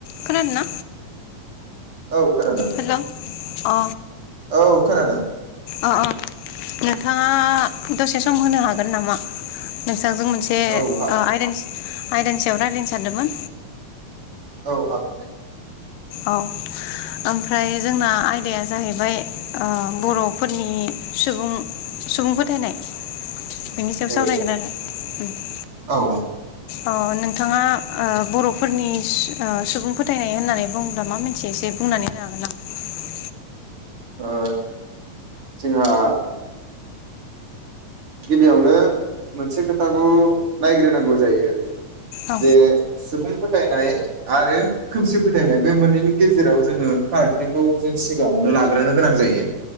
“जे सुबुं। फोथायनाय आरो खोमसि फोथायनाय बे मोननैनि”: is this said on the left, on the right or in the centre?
Right